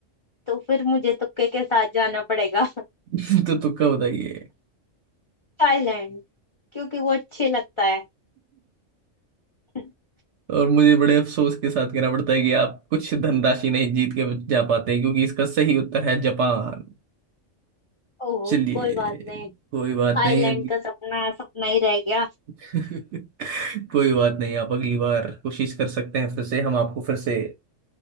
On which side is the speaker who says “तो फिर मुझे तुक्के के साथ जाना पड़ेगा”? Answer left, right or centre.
Left